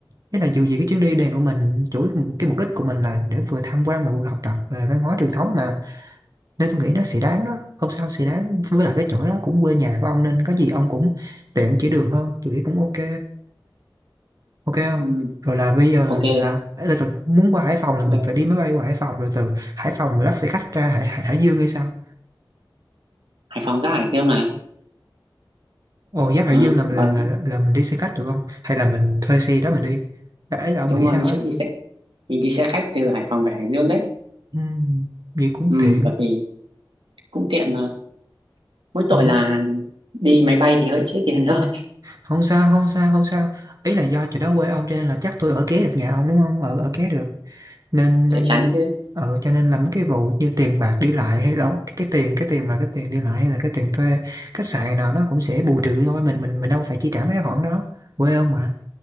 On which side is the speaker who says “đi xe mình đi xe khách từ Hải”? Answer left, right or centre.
Right